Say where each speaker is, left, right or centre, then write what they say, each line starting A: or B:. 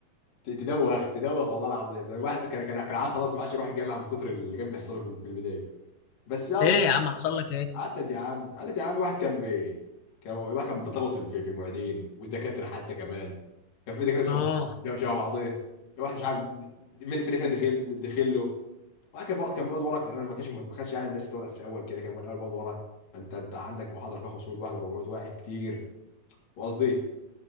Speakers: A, on the left (about 55°); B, on the left (about 75°).
A: ت- تدوخ تدوخ والله العظيم ده الواحد كان كان كان عاد خلاص ما عادش يروح الجامعه من كتر اللي كان بيحصله في في البدايه بس يعني
B: ايه يا عم حصل لك ايه
A: عدت يا عم عدت يا عم واحد كان بي كان واحد كان بيطغوص في في المعيدين والدكاتره حتى كمان كان في دكاتره شبه
B: اه
A: شبه شبه بعضيه واحد مش عارف مين مين اللي كان دخيل دخيل له واحد كان بيقعد- كان بيقعد ورا كمان ما كانش مه- ما كانش يعني من الناس اللي بتقعد في الاول كده كان بيقعد- الاول بيقعد ورا انت انت عندك محاضره فيها 500 واحد 400 واحد كتير وقصدي